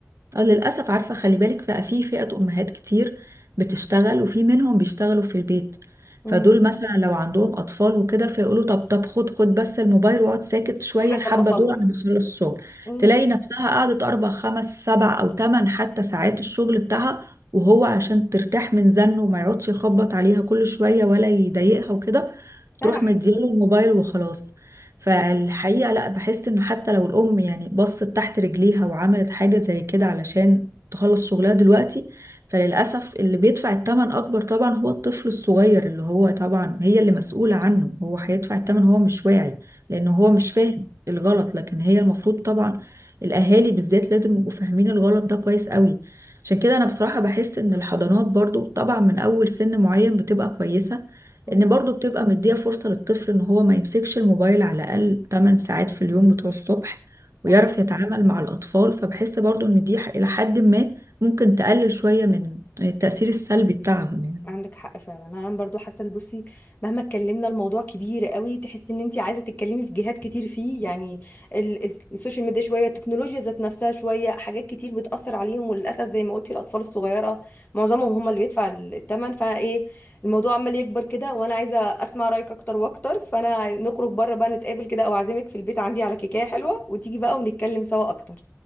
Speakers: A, on the right; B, on the left.
A: آه، للأسف عارفة خلي بالك بقى في فئة أمهات كتير بتشتغل وفي منهم بيشتغلوا في البيت
B: امم
A: فدول مثلا لو عندهم أطفال وكده فيقولوا طب طب خد خد بس الموبايل واقعد ساكت شوية
B: لحد
A: الحبة
B: ما اخلص
A: دول أنا بخلص شغل
B: امم
A: تلاقي نفسها قعدت أربع خمس سبع أو تمن حتى ساعات الشغل بتاعها وهو عشان ترتاح من زنه وما يقعدش يخبط عليها كل شوية ولا يضايقها وكده
B: سرح
A: تروح مدياله الموبايل وخلاص فالحقيقة
B: لا
A: لا بحس انه حتى لو الام يعني بصت تحت رجليها وعملت حاجة زي كده علشان تخلص شغلها دلوقتي فللأسف اللي بيدفع الثمن أكبر طبعا هو الطفل الصغير اللي هو طبعا هي اللي مسؤولة عنه هو هيدفع الثمن هو مش واعي لأنه هو
B: صح
A: مش فاهم الغلط لكن هي المفروض طبعا الأهالي بالذات لازم يبقوا فاهمين الغلط ده كويس قوي عشان كده أنا بصراحة بحس إن الحضانات برضو طبعا من أول سن معين بتبقى كويسة
B: امم
A: ان برضو بتبقى مدية فرصة للطفل ان هو ما يمسكش الموبايل على الاقل 8 ساعات في اليوم بتوع الصبح ويعرف
B: صح
A: يتعامل مع الاطفال فبحس برضو ان دي ح- الى حد ما ممكن تقلل شوية من التأثير السلبي بتاعهم يعني
B: عندك حق فعلا انا برضو حاسه ان بصي مهما اتكلمنا الموضوع كبير قوي تحسي ان انت عايزه تتكلمي في جهات كتير فيه يعني ال- ال- السوشيال ميديا شويه التكنولوجيا ذات نفسها شويه حاجات كتير بتاثر عليهم وللاسف زي ما قلتي الاطفال الصغيره معظمهم هم اللي بيدفع الثمن فايه الموضوع عمال يكبر كده وانا عايزه اسمع رايك اكتر واكتر فانا نخرج بره بقى نتقابل كده او اعزمك في البيت عندي على كيكه حلوه وتيجي بقى ونتكلم سوا اكتر